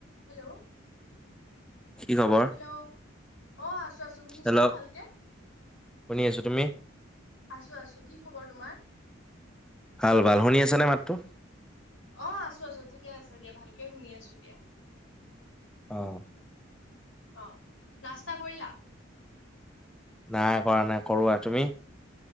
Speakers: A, on the left (about 85°); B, in the centre.
A: Hello.
B: কি খবৰ
A: hello অ আছো আছো শুনিছানে
B: হেল্ল'
A: ভালকে
B: শুনি আছো তুমি
A: আছো আছো কি খবৰ তোমাৰ
B: ভাল ভাল শুনি আছানে মাতটো
A: অ আছো আছো ঠিকে আছে দিয়া ভালকে শুনি আছো দিয়া
B: আহ
A: অ নাস্তা কৰিলা
B: নাই কৰা নাই কৰোৱা তুমি